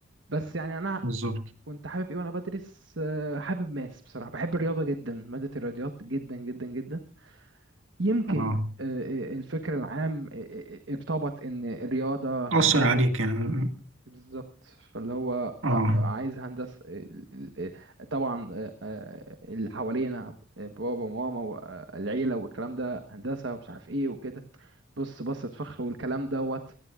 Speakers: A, on the right (about 65°); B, on the right (about 80°).
A: بس يعني أنا
B: بالظبط
A: كنت حابب إيه وأنا بدرس أه حابب ماس بصراحة بحب الرياضة جدا مادة الرياضيات جدا جدا جدا يمكن
B: اه
A: آه، آه، الفكر العام آه، آه، ارتبط ان الرياضة هندسة
B: أثر عليك يعني
A: بالظبط فاللي هو
B: اه
A: لأ، عايز هندسة ال- ال- آه، طبعا آه، آه، اللي حوالينا آه، بابا وماما والعيلة والكلام ده هندسة ومش عارف ايه وكده بص بصة فخر والكلام دوت